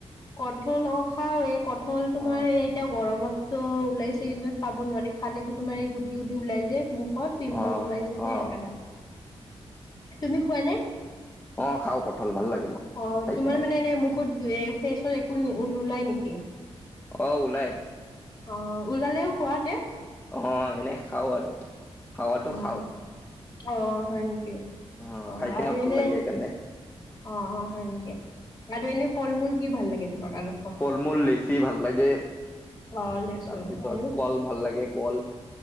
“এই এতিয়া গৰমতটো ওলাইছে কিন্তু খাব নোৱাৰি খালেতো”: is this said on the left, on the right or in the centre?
Left